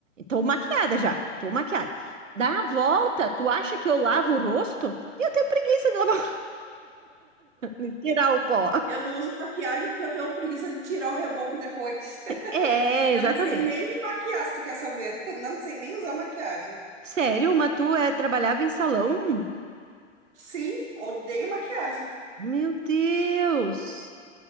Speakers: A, on the right; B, on the right.
A: Tô maquiada já, tô maquiada. Dá a volta, tu acha que eu lavo o rosto? Eu tenho preguiça de lavar, <laughs> de tirar o pó.
B: Eu não uso maquiagem porque eu tenho preguiça de tirar o reboco depois. <laughs>
A: É,
B: Eu
A: exatamente.
B: não sei nem me maquiar, se tu quer saber. Eu não sei nem usar maquiagem.
A: Sério, mas tu é, trabalhava em salão?
B: Sim, odeio maquiagem.
A: Meu Deus.